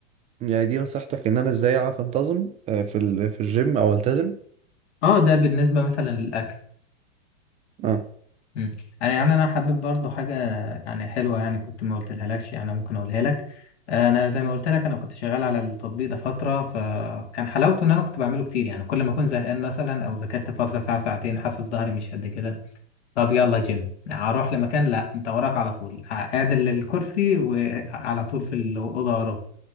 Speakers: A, on the right; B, on the left.
A: يعني دي نصيحتك ان انا ازاي اعرف انتظم آه، في ال... في الجيم او التزم
B: اه ده بالنسبة مثلا للأكل
A: اه
B: مم. انا يعني انا حابب برضو حاجه يعني حلوه يعني كنت ما قلتلها لكش انا ممكن اقولها لك انا زي ما قلت لك انا كنت شغال على التطبيق ده فتره فكان حلاوته ان انا كنت بعمله كتير يعني كل ما اكون زهقان مثلا او ذاكرت فتره ساعه ساعتين حاسس ظهري مش قد كده طب يلا جيم اروح لمكان لا انت وراك على طول عادل الكرسي وعلى طول في الاوضه وراك